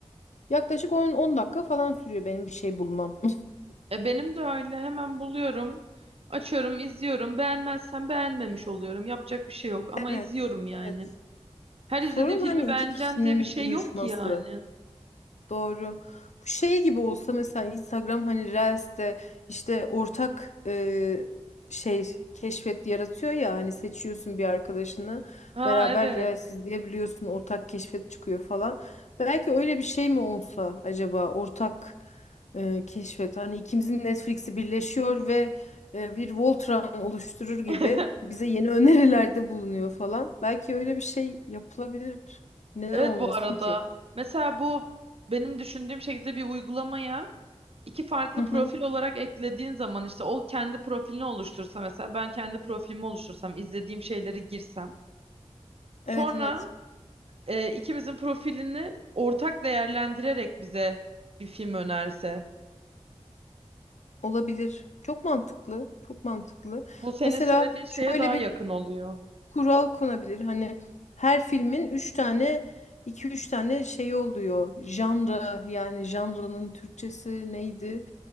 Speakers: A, on the left; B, on the right.
A: Yaklaşık on on dakika falan sürüyor benim bir şey bulmam. <laughs>
B: E benim de öyle. Hemen buluyorum. Açıyorum, izliyorum. Beğenmezsem beğenmemiş oluyorum. Yapacak bir şey yok ama
A: Evet,
B: izliyorum yani.
A: evet.
B: Her
A: Sorun
B: izlediğim filmi
A: hani
B: beğeneceksin
A: iki kişinin
B: diye bir şey
A: uyuşması.
B: yok ki yani.
A: Doğru. Bu şey gibi olsa mesela Instagram hani Reels'te işte ortak e, şey keşfet yaratıyor ya hani seçiyorsun bir arkadaşını
B: Ha
A: beraber
B: evet.
A: Reels izleyebiliyorsun ortak keşfet çıkıyor falan. Belki öyle bir şey mi olsa acaba ortak e, keşfet hani ikimizin Netflix'i birleşiyor ve e, bir Voltran oluşturur gibi
B: <laughs>
A: bize yeni <laughs> önerilerde bulunuyor falan. Belki öyle bir şey yapılabilir. Neden
B: Evet
A: olmasın
B: bu arada.
A: ki?
B: Mesela bu benim düşündüğüm şekilde bir uygulamaya iki farklı
A: Hı hı.
B: profil olarak eklediğin zaman işte o kendi profilini oluştursa mesela ben kendi profilimi oluştursam izlediğim şeyleri girsem. Sonra
A: Evet evet.
B: e, ikimizin profilini ortak değerlendirerek bize bir film önerse.
A: Olabilir. Çok mantıklı. Çok mantıklı.
B: Bu senin
A: Mesela
B: söylediğin şeye
A: şöyle
B: daha
A: bir
B: yakın oluyor.
A: kural konabilir. Hani her filmin 3 tane iki üç tane şey oluyor. Janra yani janranın Türkçesi neydi?